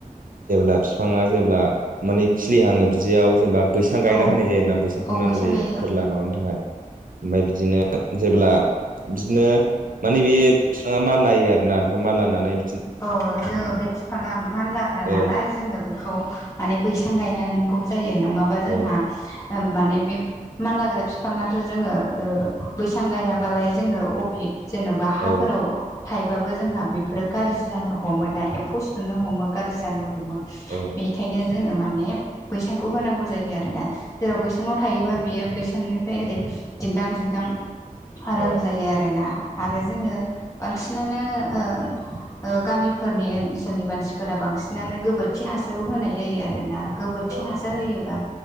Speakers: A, on the right; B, on the left.
A: जेब्ला बिफाङा जेब्ला माने खिलिहाङो बिदियाव जेनेबा बैसां गायना
B: औ
A: होनाय जायोना बैसां
B: औ
A: खालामना होनाय जायो
B: गायो ओं
A: फोरला माबानि थाखाय ओमफ्राय बिदिनो जेब्ला बिदिनो माने बे बिफाङा मानलायो आरोना ओमफ्राय मानलाानानै
B: अ जोङो बे बिफाआ मानला ग्रानालाय
A: औ
B: जोङो बेखौ माने बैसां गायनांगौ जायो नङाबा जोंहा
A: औ
B: ओम माने बे माललाग्रा बिफाङाथ' जोङो ओ बैसां गायाबालाय जोङो अबि जेन'बा हाफोराव
A: औ
B: थायबाबो जोंहा बेफोरो गाज्रि जानो हमो ना एम्फौ सुनो हमो गाज्रि जानो हमो
A: औ
B: बेखायनो जोंङो माने बैसांखौ होनांगौ जायो आरोना जेराव बैसांङाव थायोबा बियो बैसांनिफ्राय ओरै दिन्दां दिन्दां आराम
A: औ
B: जायो आरोना आरो जोङो बांसिनानो ओ ओ गामिफोरनि ओनसोलनि मानसिफोरा बांसिनानो गोबोरखि हासारबो होनाय जायो आरो ना गोबोरखि
A: औ
B: हासार होयोबा